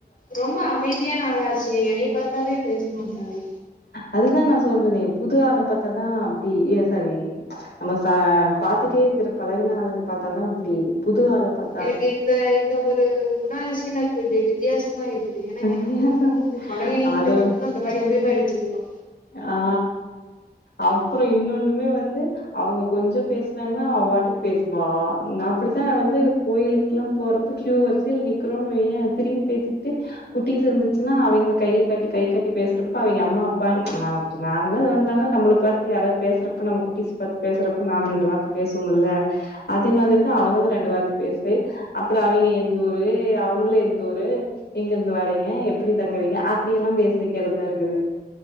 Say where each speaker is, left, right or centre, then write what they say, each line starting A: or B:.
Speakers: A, on the left (about 55°); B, on the left (about 75°).
A: ரொம்ப அமைதியான ஆளாச்சே என்னைய பாத்தாவே பேச மாட்டாளே
B: அதுதா நா சொல்னனே புது ஆள பாத்தாதா அப்டி ஏ சாரி நம்ம ச பாத்துட்டே இருக்கிற பழகுன ஆளுக பாத்தா தா அப்டி புது ஆள பா
A: எனக்கு இந்த இந்த ஒரு குணாதிசயமே கொஞ்சோ வித்தியாசமா இருக்குது ஏன்னா
B: வித்தியாசம்.
A: என் புள்ள வந்து பழகுனவுங்க
B: அதெல்
A: கிட்ட மட்டும்தா அந்த மாரி உரிம எடுத்துக்குவா
B: ஆ அப்பறோ இன்னொன்னுமே வந்து அவுங்க கொஞ்சோ பேசனாங்கன்னா அவ வாட்டுக்கு பேசுவா நா அப்புடித்தா வந்து கோயிலுக்குல்லா போறப்ப கியூ வரிசையில் நிக்குறோன் வையே திரும்பி பேசிக்கிட்டு குட்டீஸ் இருந்துச்சுன்னா அவெங்கள கைய காட்டி கைய காட்டி பேசுறப்ப அவெங்க அம்மா அப்பா ந நார்மலு வந்தாலு நம்மளுக் பத்தி யாராவது பேசுறப்ப நம்ம குட்டிஸ் பாத்து பேசுறப்ப நாம ரெண்டு வார்த்த பேசுவோமுல்ல அதே மாதிரிதா அவங்களு ரெண்டு வார்த்த பேசு அப்பறோ அவெங்க எந்த ஊரு அவுங்களு எந்த ஊரு எங்க இருந்து வாரீங்க எப்புடி தங்குறீங்க அப்டியெல்லா பேச வைக்கிறதா இருக்குது